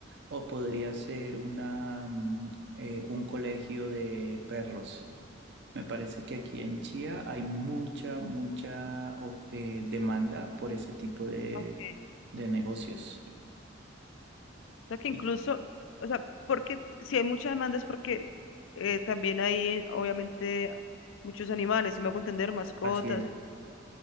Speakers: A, on the right (about 60°); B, on the left (about 80°).
A: o podría ser una, mm, eh, un colegio de perros. Me parece que aquí en Chía hay mucha, mucha of- eh, demanda por ese tipo de,
B: Okay.
A: de negocios.
B: sea que incluso,
A: Y-
B: o sea, porque si hay mucha demanda es porque eh, también hay, eh, obviamente, muchos animales, si me hago entender, mascotas,
A: Así es,